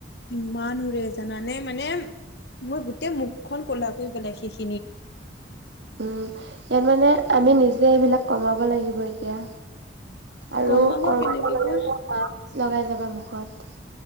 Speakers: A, on the left; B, on the right.
A: কিমান ৰে জানানে মানে মই গোটেই মুখখন কলা কৰি পেলাই শিষ।
B: উম ইয়াত মানে। আমি নিজে এইবিলাক কমাব লাগিব এতিয়া? আৰু
A: কমাব
B: কৰবাত
A: কেনেকে
B: গলে
A: কোৱা?
B: মাছ লগাই যাবা মোক। কত